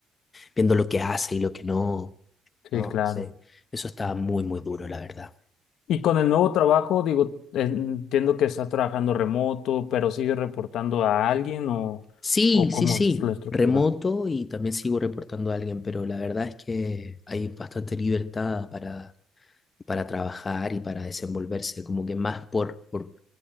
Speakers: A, on the left; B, on the left.
A: viendo lo que hace y lo que no.
B: Sí,
A: No
B: claro.
A: sé, eso estaba muy, muy duro, la verdad.
B: Y con el nuevo trabajo, digo, entiendo que estás trabajando remoto, pero sigues reportando a alguien o,
A: Sí,
B: o
A: sí,
B: cómo
A: sí,
B: es la estructura.
A: remoto y también sigo reportando a alguien, pero la verdad es que hay bastante libertad para, para trabajar y para desenvolverse, como que más por, por,